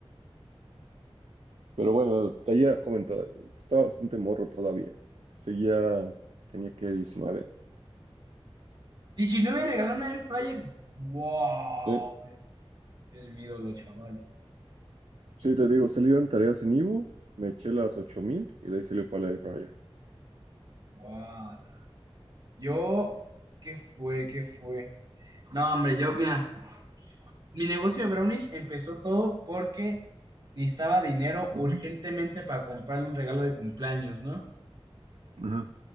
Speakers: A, on the right; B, on the right.
A: Pero bueno, taller era joven todavía. Estaba bastante morro todavía. Seguía, tenía que diecinueve
B: 19 regalar una air fryer. Wow,
A: Sí,
B: es mi ídolo, chaval.
A: Sí, te digo, salieron tareas en Ivo, me eché las 8000 y de ahí salió para la air fryer.
B: Wow. Yo, ¿qué fue? ¿Qué fue? No, hombre, yo, mira, mi negocio de brownies empezó todo porque necesitaba dinero
A: Ujú,
B: urgentemente para comprarle un regalo de cumpleaños, ¿no?
A: Ajá.